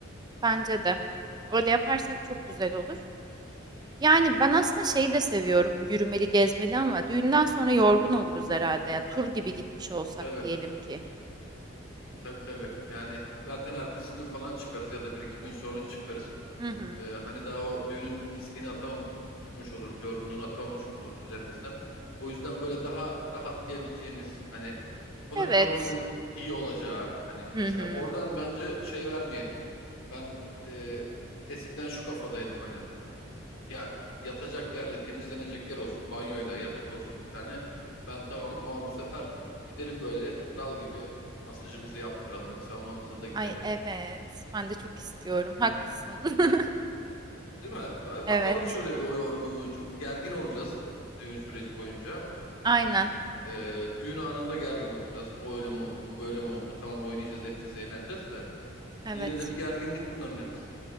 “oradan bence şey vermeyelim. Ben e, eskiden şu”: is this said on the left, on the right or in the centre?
Left